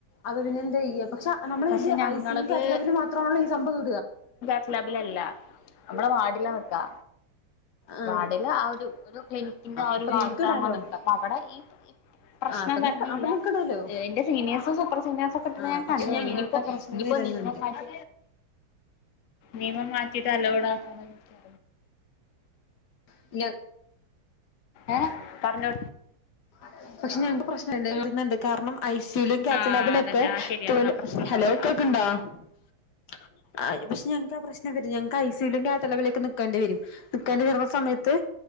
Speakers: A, on the left; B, on the left.
A: അത് പിന്നെ എന്ത് ചെയ്യ പക്ഷെ നമ്മളിത്
B: പക്ഷെ ഞങ്ങളത്
A: ഐ സി യു ന്റെ കാറ്റ ലാബില് മാത്രമാണല്ലോ ഈ സംഭവ്
B: റ്റ ലാബിലല്ല നമ്മള വാർഡിലാ വെക്കാ
A: ആ
B: വാർഡില് ആ ഒരു ഒരു ക്ലിനിക്കിന്റെ ആ
A: അപ്പൊ
B: ഒരു ഭാഗത്താകുമ്പോ
A: നിങ്ങക്ക് ഇടാലോ
B: നിക്ക അപ്പൊ അവിടെ ഈ ഇ പ്രശ്നം
A: ആഹ് അപ്പൊ നിക്ക
B: വരണില്ല
A: അപ്പൊ നിക്കണല്ലോ
B: എന്റെ സീനിയേഴ്സും സൂപ്പർ സീനിയേർസൊക്കെ ഇട്ടിട്ട്
A: ആഹ്
B: ഞാൻ
A: പക്ഷെ
B: കണ്ടി
A: ഞങ്ങൾക്ക്
B: ഇനിയിപ്പോ
A: ആ പ്രശ്നം
B: ഇനിപ്പോ
A: വരുന്നുണ്ട്
B: നിയമ മാറ്റ നിയമം മാറ്റിട്ട അ ലൗഡ് ആക്കണേ യ്ക്കാ
A: ഞ
B: ഏഹ് പറ്ഞ്ഞോ
A: <inaudible> പക്ഷേ ഞങ്ങക്ക് പ്രശ്നണ്ട് വർന്നുണ്ട് കാരണം ഐ സ യിലും കാപ്സ
B: ആ
A: ലാബിലും
B: അതന്നെ
A: ഒക്കെ
B: ആ ശരിയാ
A: തോല്
B: ആ പ്രശ്നം ഉണ്ടാവൂല
A: ഹലോ കേക്ക്ണ്ടോ
B: ആ
A: <inaudible> ആഹ് പക്ഷെ ഞങ്ങക്ക് ആ പ്രശ്നം വരും ഞങ്ങക്ക് ഐ സി യിലും കാത്തലവിലേക്ക് നിക്കണ്ടി വരും നിക്കണ്ടി വരുന്ന സമയ ത്ത്